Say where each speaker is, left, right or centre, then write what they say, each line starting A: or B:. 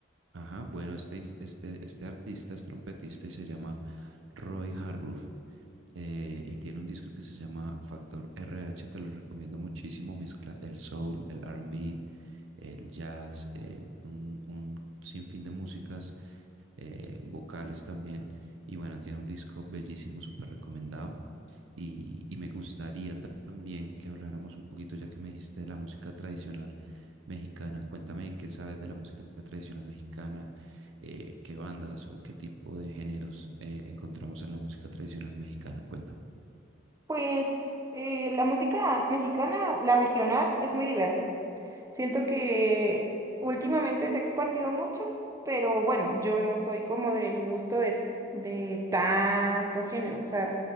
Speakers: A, on the right; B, on the right.
A: ajá, bueno, este, ins- este, este artista es trompetista y se llama Roy Hargrove. eh, y tiene un disco que se llama Factor R H te lo recomiendo muchísimo. Mezcla el soul, el R&B, el jazz, eh, un, un sinfín de músicas eh, vocales también. Y bueno, tiene un disco bellísimo, súper recomendado. Y, y me gustaría ta- también que habláramos un poquito, ya que me dijiste de la música tradicional mexicana. Cuéntame qué sabes de la música tradicional mexicana, eh, qué bandas o qué tipo de géneros eh, encontramos en la música tradicional mexicana. Cuéntame.
B: Pues eh, la música mexicana, la regional, es muy diversa. Siento que últimamente se ha expandido mucho, pero bueno, yo no soy como del gusto de, de tanto género. O sea,